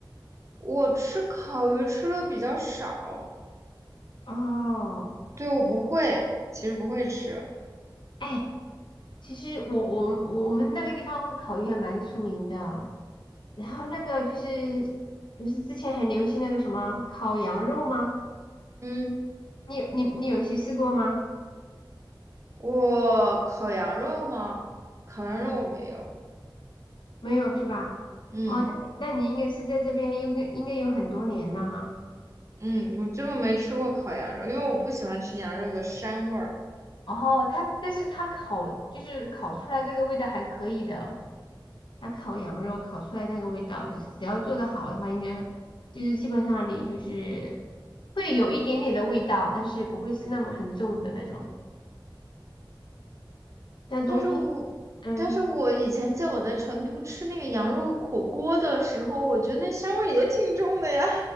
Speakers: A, on the right; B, on the left.
A: 我吃烤鱼吃的比较少，
B: 哦。
A: 对，我不会，其实不会吃。
B: 哎，其实我我我们那个地方烤鱼还蛮出名的，然后那个就是不是之前很流行那个什么烤羊肉吗？
A: 嗯，
B: 你有你你有去吃过吗？
A: 我烤羊肉吗？烤羊肉我没有。
B: 嗯，没有是吧？
A: 嗯
B: 哦，那你那你应该是在这边有个应该有很多年了哈。
A: 嗯，我根本没吃过烤羊肉，因为我不喜欢吃羊肉的膻味儿。
B: 哦，它但是它烤就是烤出来这个味道还可以的。它烤羊肉烤出来那个味道，就是只要做的好的话，应该就是基本上你就是会有一点点的味道，但是不会是那么很重的那种。像冬天，
A: 但是我，
B: 嗯，
A: 但是我以前记得我在成都吃那个羊肉火锅的时候，我觉得那膻味也挺重的呀。